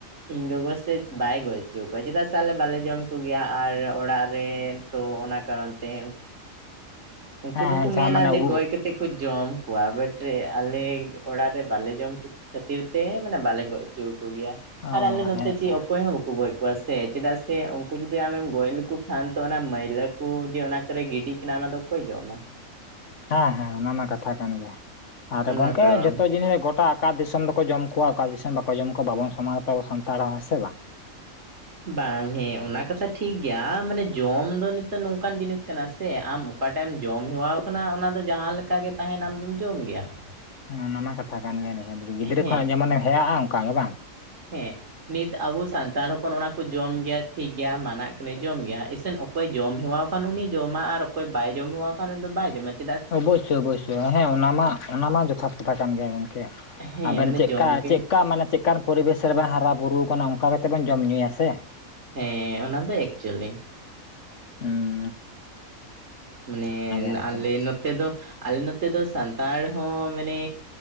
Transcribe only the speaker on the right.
ᱤᱧ ᱜᱚᱜᱚ ᱥᱮ ᱵᱟᱭ ᱜᱚᱡ ᱦᱚᱪᱚ ᱟᱠᱚᱣᱟ ᱪᱮᱫᱟᱜ ᱥᱮ ᱟᱞᱮ ᱵᱟᱞᱮ ᱡᱚᱢ ᱠᱚᱜᱮᱭᱟ ᱟᱨ ᱚᱲᱟᱜ ᱨᱮᱼᱼ ᱛᱚ ᱚᱱᱟ ᱠᱟᱨᱚᱱ ᱛᱮᱼᱼ
ᱩᱱᱠᱩ ᱫᱚᱠᱚ
ᱢᱮᱱᱟ
ᱡᱮ ᱜᱚᱡ ᱠᱟᱛᱮᱜ ᱠᱚ ᱡᱚᱢ ᱠᱚᱣᱟ ᱵᱟᱴ ᱟᱞᱮ ᱟᱞᱮ ᱚᱲᱟᱜ ᱨᱮ ᱵᱟᱞᱮ ᱡᱚᱢ ᱠᱷᱟᱹᱛᱤᱨ ᱛᱮ ᱢᱟᱱᱮ ᱵᱟᱞᱮ ᱜᱚᱡ ᱦᱚᱪᱚ ᱟᱠᱚ ᱜᱮᱭᱟ ᱾
ᱟᱨ ᱟᱞᱮ ᱱᱚᱛᱮ
ᱪᱮᱫ ᱚᱠᱚᱭ ᱦᱚᱸ ᱠᱚ ᱜᱚᱡ ᱠᱚᱣᱟ ᱥᱮ, ᱪᱮᱫᱟᱜ ᱥᱮ ᱩᱱᱠᱩ ᱡᱩᱫᱤ ᱟᱢᱮᱢ ᱜᱚᱡ ᱞᱮᱠᱚ ᱠᱷᱟᱱ ᱛᱚ ᱚᱱᱟ ᱢᱟᱹᱭᱞᱟᱹ ᱠᱚ ᱡᱮ ᱚᱱᱟ ᱠᱚᱨᱮ ᱜᱤᱰᱤᱜᱼᱼ ᱠᱤᱱᱟ ᱚᱱᱟ ᱫᱚ ᱚᱠᱚᱭ ᱡᱚᱢᱟ ᱾
ᱚᱱᱟ
ᱠᱟᱨᱚᱱ
ᱵᱟᱝ ᱦᱮᱸ ᱚᱱᱟ ᱠᱟᱛᱷᱟ ᱴᱷᱤᱠᱜᱮᱭᱟ ᱢᱟᱱᱮ ᱡᱚᱢ ᱫᱚ ᱱᱤᱛᱚᱜ ᱱᱚᱝᱠᱟᱱ ᱡᱤᱱᱤᱥ ᱠᱟᱱᱟ ᱥᱮ ᱟᱢ ᱚᱠᱟᱴᱟᱜ ᱮᱢ ᱡᱚᱢ ᱦᱮᱣᱟ ᱠᱟᱱᱟ ᱚᱱᱟ ᱫᱚ ᱡᱟᱦᱟᱸ ᱞᱮᱠᱟ ᱜᱮ ᱛᱟᱦᱮᱱ ᱟᱢᱫᱚᱢ ᱡᱚᱢ ᱜᱮᱭᱟ ᱾
ᱦᱮᱸ
ᱦᱮᱸ ᱱᱤᱛ ᱟᱵᱚ ᱥᱟᱱᱛᱟᱲ ᱦᱚᱯᱚᱱ ᱚᱱᱟ ᱠᱚ ᱡᱚᱢ ᱜᱮᱭᱟ ᱴᱷᱤᱠ ᱜᱮᱭᱟ ᱢᱟᱱᱟᱜ ᱠᱟᱹᱱᱟᱹ ᱡᱚᱢ ᱜᱮᱭᱟ ᱤᱥᱮᱱ ᱚᱼᱼ ᱚᱠᱚᱭ ᱡᱚᱢ ᱦᱮᱣᱟ ᱠᱟᱱ ᱩᱱᱤ ᱡᱚᱢᱟ ᱟᱨ ᱚᱠᱚᱭ ᱵᱟᱭ ᱡᱚᱢ ᱦᱮᱣᱟ ᱠᱟᱱ ᱩᱱᱤ ᱫᱚ ᱵᱟᱭ ᱡᱚᱢᱟ ᱾
ᱦᱮᱸ
ᱢᱟᱱᱮ
ᱡᱚᱢ ᱜᱮ
ᱦᱮᱸ ᱚᱱᱟ ᱫᱚ ᱮᱠᱪᱩᱭᱮᱞᱤ᱾
ᱢᱟᱱᱮ
ᱟᱞᱮ ᱱᱚᱛᱮ ᱫᱚᱼᱼ ᱟᱞᱮ ᱱᱚᱛᱮ ᱫᱚ ᱥᱟᱱᱛᱟᱲ ᱦᱚᱸ ᱢᱟᱱᱮ